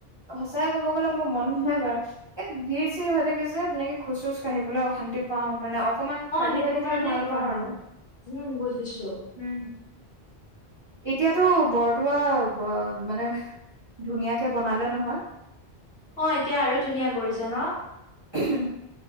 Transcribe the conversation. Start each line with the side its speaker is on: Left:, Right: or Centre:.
Right: সঁচাই ক'ব গ'লে মোৰ মন নহয় বাৰু। এ ভিৰ-চিৰ হৈ থাকে যে, তেনেকে খোজ-চুজ কাঢ়িবলৈ অশান্তি পাওঁ মানে। অ কমান খালী
Left: সেইটো
Right: হৈ থাকিলে
Left: কাৰণে
Right: ভাল
Left: যোৱা
Right: পাওঁ
Left: নহয়।
Right: আৰু।
Left: উম, বুজিছো।
Right: উম এতিয়াতো বৰদোৱা ব মানে ধুনীয়াকে বনালে নহয়।
Left: অ', এতিয়া আৰু ধুনীয়া কৰিছে ন।
Right: উহম্